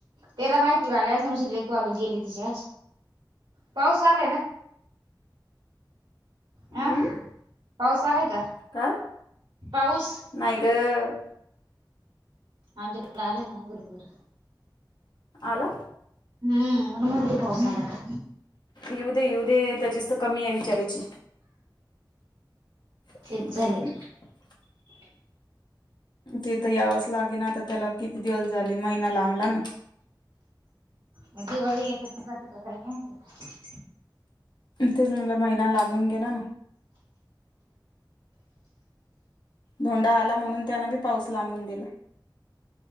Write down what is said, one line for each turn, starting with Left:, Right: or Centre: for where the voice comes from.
Right: त्याला माहिती वाले असं म्हण लेक गेले तिच्या पाऊस आलाय ना? अ,
Left: हम्म
Right: पाऊस आलाय का?
Left: काय
Right: पाऊस
Left: नाही गं
Right: आमच्याकडे आलंय ना भूर-भूर.
Left: आला?
Right: हम्म, म्हणुन म्हनते पाऊस आला का?
Left: येऊद-येऊद त्याचीच तर कमी आहे, बीच्याऱ्याची. <unintelligible>
Right: तेच
Left: <inaudible>
Right: चाले <inaudible>
Left: तिथं यावच लागेल ना आता, त्याला किती दिवस झाले महिना लांबला ना?
Right: मग दिवाळी यातच <unintelligible>
Left: तेच म्हणल, महिना लांबून गेला ना? धोंडा आला, म्हणून त्यान बी पाऊस लांबून दिला.